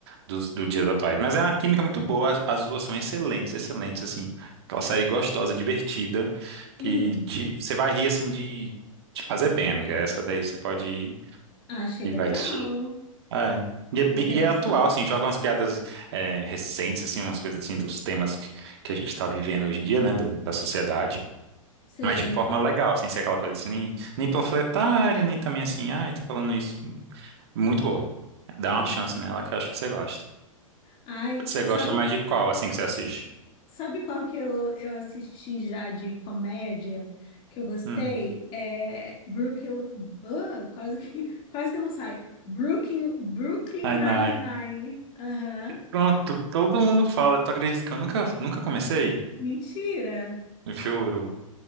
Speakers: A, on the right; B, on the left.
A: dos, do dias atuais. Mas é uma química muito boa, as, as duas são excelentes, excelentes, assim. Aquela série gostosa, divertida,
B: Hum.
A: que te, você vai rir, assim, de, de fazer bem, amiga. Essa daí você pode ir
B: Achei
A: e
B: legal.
A: vai te... É. E é, bem-
B: Interessante.
A: e é atual, assim, joga umas piadas é, recentes, assim, umas coisas assim dos temas que, que a gente tá vivendo hoje em dia, né, do- da sociedade,
B: Você
A: mas de forma legal, sem ser aquela coisa assim, nem, nem panfletária, nem também assim, ai, tá falando isso. Muito boa. Dá
B: vê.
A: uma chance nela que eu acho que você gosta.
B: Ai,
A: Você
B: sabe,
A: gosta mais de qual, assim, que você assiste?
B: sabe qual que eu, eu assisti já de comédia que eu gostei?
A: Hum.
B: É Brooklyn. Ah, quase que, <laughs> quase que não sai. Brooklyn, Brooklyn
A: Ai,
B: Nine-Nine.
A: nai.
B: Aham.
A: Pronto, todo mundo fala. Tu acredita que eu nunca, nunca comecei?
B: Mentira.
A: Juro.